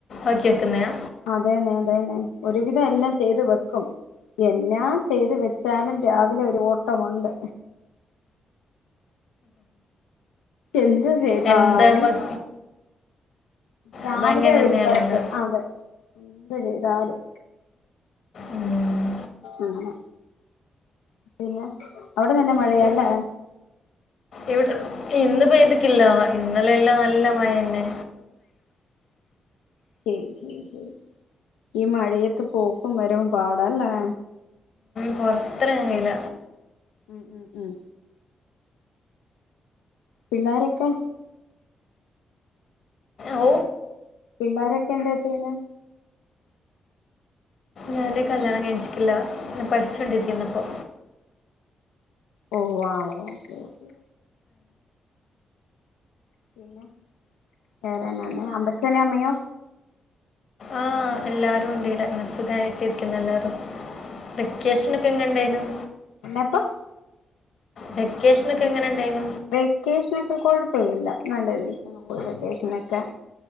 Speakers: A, on the left; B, on the left.
A: ആക്കി വെക്കുന്നയാ
B: അതെന്നെ അതെന്നെ ഒരുവിധം എല്ലാം ചെയ്ത് വെക്കും എന്നാ ചെയ്ത് വെച്ചാലും രാവിലെ ഒരു ഓട്ടമുണ്ട് എന്ത് ചെയ്താലും
A: എന്താ മ-
B: രാവിലെ
A: അതങ്ങനെ തന്നെയാണല്ലോ
B: ഒരു തെരക്ക് അതെ <unintelligible> ചെയ്താലും
A: ഉം.
B: അങ്ങനെ പിന്നെ അവിടെ നല്ല മഴയാല്ലേ
A: ഇപ്പ- ഇവിടെ ഇന്ന് പെയ്തിക്കില്ല ഇന്നലെ എല്ലാം നല്ല മഴന്നെ
B: ശരി ശരി ശരി ഈ മഴയത്ത് പോക്കും വരവും പാടാല്ലേ
A: പൊറത്തങ്ങാൻ കയ്ല
B: ഉം ഉം ഉം പിള്ളാരൊക്കെ
A: ഓ
B: പിള്ളാരൊക്കെ എന്താ ചെയ്യുന്നെ
A: ഞാന് കല്യാണം കഴചിക്കില്ല ഞ പഠിച്ചോണ്ടിരിക്കുന്നിപ്പോ
B: ഓ ആഓ ഓ ഓ പിന്നെ വേറെന്നന്നെ അപ്പച്ചന അമ്മയോ
A: ആഹ് എല്ലാരും ഉണ്ട് വിടെ സുഗായിട്ട് ഇരിക്കുന്ന് എല്ലാരും വെക്കേഷൻ ക്കെഎങ്ങൻ ഇണ്ടായിരുന്നു
B: എന്നപ്പോ
A: വെക്കേഷൻ ഒക്കെ എങ്ങനെ ഉണ്ടായിനു
B: വെക്കേഷനൊക്കെ കൊഴപ്പവില്ല നല്ല രീതിക്ക് പോയി വെക്കേഷനൊക്കെ